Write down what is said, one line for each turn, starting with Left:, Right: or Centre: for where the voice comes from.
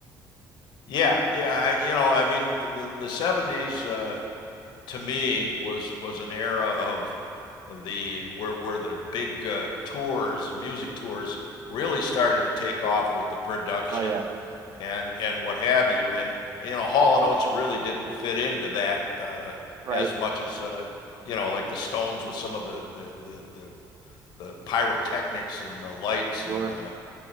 Left: Yeah, yeah, I, you know, I mean, the the 70s uh to me was was an era of the where where the big uh, tours, music tours really started to take off with the production
Right: Oh yeah,
Left: and and what have you. And you know, Hall and Oates really didn't fit into that uh
Right: right.
Left: as much as uh you know, like the Stones with some of the the the the, the pyrotechnics and the lights and
Right: Sure.
Left: uh